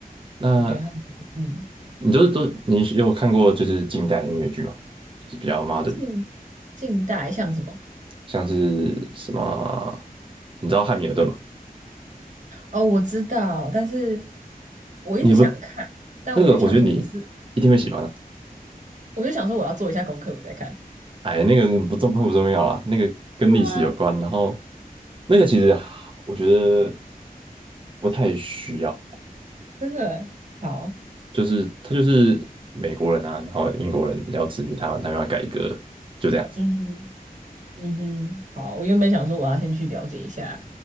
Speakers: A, on the right; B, on the right.
A: 那
B: 我觉得它嗯，
A: 你就是都你有看过就是近代音乐剧吗？就是比较 modern
B: 近近代像什么？
A: 的，像是什么，你知道汉密尔顿吗？
B: 哦，我知道，但是我一直想看，
A: 你也不
B: 但我就想说我是，
A: 那个，我觉得你一定会喜欢的。
B: 我就想说我要做一下功课，我再看。
A: 哎，那个不重不重要啦，那个跟历史有关，
B: 真的吗？
A: 然后那个其实我觉得不太需要。
B: 真的好，
A: 就是他就是美国人啊，然后英国人要殖民台湾，他们要改革，就这样子。
B: 嗯哼，嗯哼，好。我原本想说我要先去了解一下